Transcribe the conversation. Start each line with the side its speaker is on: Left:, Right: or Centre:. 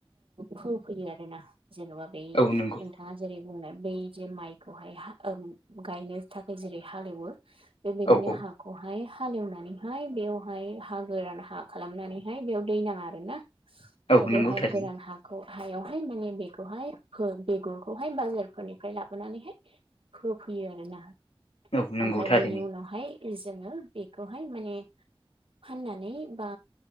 Right: फोफैयो आरोना जेन'बा बै नोंथां।
Left: औ नंगौ
Right: नोंथाङा जेरै बुंनाय बै जे माइखौहाय गायनो थाखाय जेरै हालेवो बेबायदिनो
Left: औ औ
Right: हाखौहाय हालेवनानैहाय बेयावहाय हा गोरान हा खालामनानैहाय बेयाव दै नाङा आरोना
Left: औ नंगौ
Right: बेवहाय
Left: थारैनो
Right: गोरान हा हायावहाय माने बेखौहाय बेगरखौहाय बाजारफोरनिफ्राय लाबोनानैहाय फोफैयो आरोना
Left: औ नंगौ
Right: ओमफ्राय
Left: थारैनो
Right: बिनि उनावहाय जोङो बेखौहाय मानेछ फाननानै बा